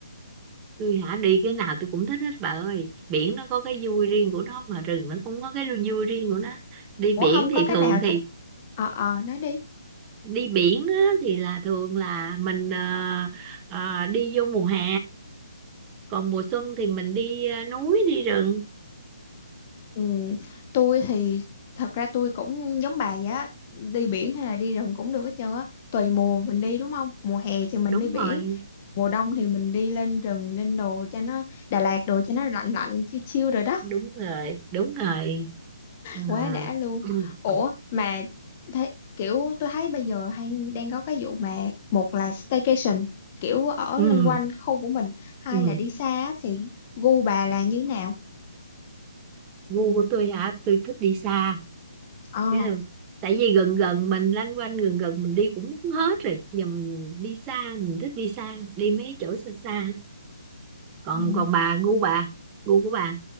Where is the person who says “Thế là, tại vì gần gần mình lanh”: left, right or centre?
Right